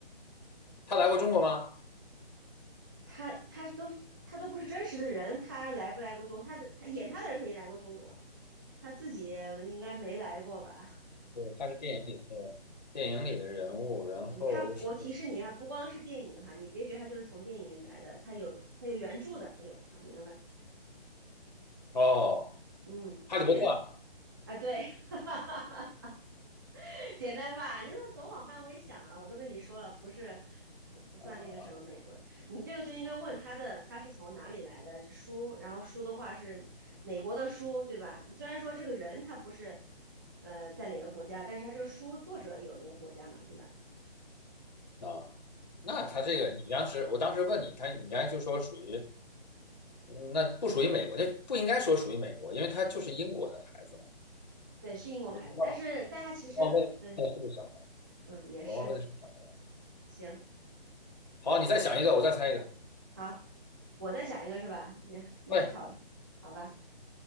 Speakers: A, on the left (about 45°); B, on the right (about 20°).
A: 他来过中国吗？
B: 他他都他都不是真实的人，他来不来过中国他的他演他的人肯定来过中国，他自己应该没来过吧？
A: 对，他是电影里的那个电影里的人物，然后又是
B: 嗯，他我提示你啊，不光是电影哈，你别觉得他就是从电影来的，他有他有原著的，哎呦，挑明了吧？
A: 哦，
B: 嗯，
A: 哈利波特啊
B: 你别啊，对，<laughs> <laughs> 简单吧？你怎么总往漫威想啊？我都跟你说了，不是不不算那个什么美国的，
A: 啊
B: 你这个就应该问他的，他是从哪里来的？是书，然后书的话是哪国的书，对吧？虽然说这个人他不是呃在哪个国家，但是他这个书作者有那个国家嘛，对吧？
A: 啊！那他这个，
B: 对
A: 你当时我当时问你，他你刚才就说属于嗯那不属于美国，那不应该说属于美国，因为他就是英国的孩子嘛。
B: 对，是英国孩子，
A: 我
B: 但是但他其实嗯、
A: 我忘问了是不是小孩，
B: 呃对嗯也是
A: 我忘问了是不是小孩。
B: 行
A: 好，你再想一个，我再猜一个。
B: 好，我再想一个是吧？你要你要挑
A: 喂，
B: 好吧？